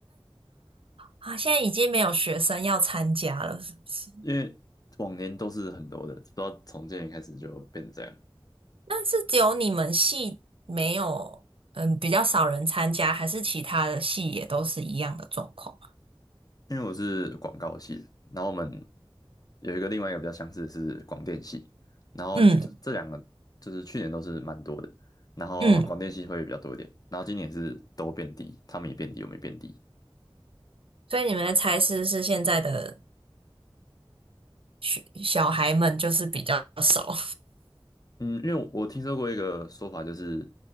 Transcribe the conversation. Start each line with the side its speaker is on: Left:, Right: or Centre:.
Right: 啊，现在已经没有学生要参加了，是不是？
Left: 因为往年都是很多的，不知道从今年开始就变成这样。
Right: 那是只有你们系没有，嗯，比较少人参加，还是其他的系也都是一样的状况啊
Left: 因为我是广告系的，然后我们有一个另外一个比较相似的是广电系，然后这这两个就是去年都是蛮多的，
Right: 嗯
Left: 然后广电系会比较多一点，
Right: 嗯，
Left: 然后今年是都变低，他们也变低，我们也变低。
Right: 所以你们的才师是现在的学小孩们就是比较少，
Left: 嗯，因为我我听说过一个说法，就是